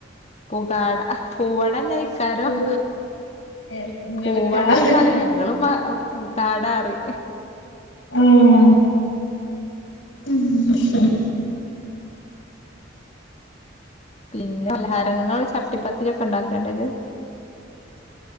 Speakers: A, on the left (about 35°); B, on the left (about 85°).
A: പുകാട പൂവട. കാ രും
B: പൂ ഏഹ് ഇങ്ങള്
A: പൂവടാന്ന്
B: കാ പറീണെ
A: പറയാണ്. ഞങ്ങള് പുകാട പറയും.
B: ആഹ ഉഉം
A: പിന്നെ പലഹാരങ്ങൾ ചട്ടിപ്പത്തിരി ഒക്കെ ഉണ്ടാക്കലി ണ്ടോ?